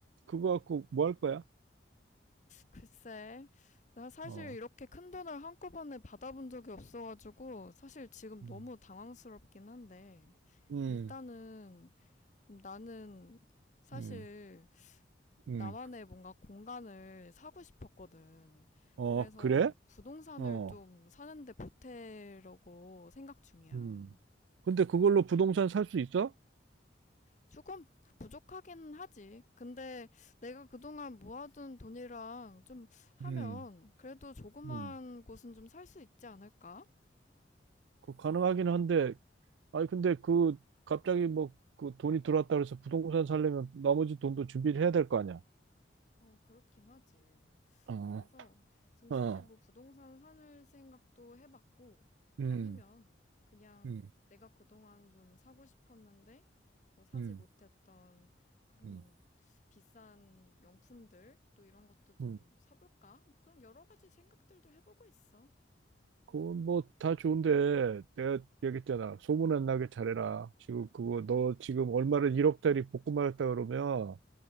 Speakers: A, on the right; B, on the left.
A: 그거 갖고 뭐 할 거야?
B: 글쎄, 나 사실
A: 어.
B: 이렇게 큰 돈을 한꺼번에 받아본 적이 없어가지고, 사실 지금
A: 음,
B: 너무 당황스럽긴 한데,
A: 음,
B: 일단은, 나는, 사실,
A: 음, 음.
B: 나만의 뭔가 공간을 사고 싶었거든.
A: 어,
B: 그래서
A: 그래?
B: 부동산을
A: 어,
B: 좀 사는데 보태려고 생각 중이야.
A: 음. 근데 그걸로 부동산 살 수 있어?
B: 조금 부족하긴 하지. 근데 내가 그동안 모아둔 돈이랑 좀 하면
A: 음,
B: 그래도 조그만
A: 음.
B: 곳은 좀 살 수 있지 않을까?
A: 그 가능하긴 한데, 아니, 근데 그, 갑자기 뭐, 그 돈이 들어왔다 그래서 부동산 살려면 나머지 돈도 준비를 해야 될 거 아니야?
B: 어, 그렇긴 하지.
A: 어,
B: 그래서 지금
A: 어,
B: 사실 뭐 부동산 사는 생각도 해봤고
A: 음,
B: 아니면 그냥
A: 음,
B: 내가 그동안 좀 사고 싶었는데 뭐 사지
A: 음,
B: 못했던 그런
A: 음,
B: 비싼 명품들 또 이런 것도 좀
A: 음.
B: 사볼까? 뭐 그런 여러 가지 생각들도 해보고 있어.
A: 그건 뭐 다 좋은데, 내가 얘기했잖아. 소문 안 나게 잘해라. 지금 그거, 너 지금 얼마를 1억짜리 복구 말했다 그러면,